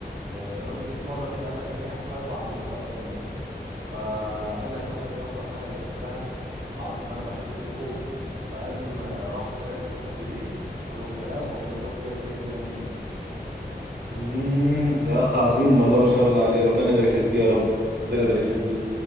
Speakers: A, on the right (about 50°); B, on the right (about 75°).
A: آه، تمام جه في مره كده قال لك انا ايه هفاجئه اعمل له مفاجاه جميله فقال لك مثلا ايه اكتر حاجه بيحبها عرف ان انا بحب تليفون فقال ما راح اشترى لي تليفون جديد حلو الكلام وقال لي خد ديت ايه هديه مني ليك
B: امم ده اخ عظيم والله ما شاء الله عليه ربنا يبارك لك فيه يا رب ربنا يبارك
A: مم.
B: لك فيه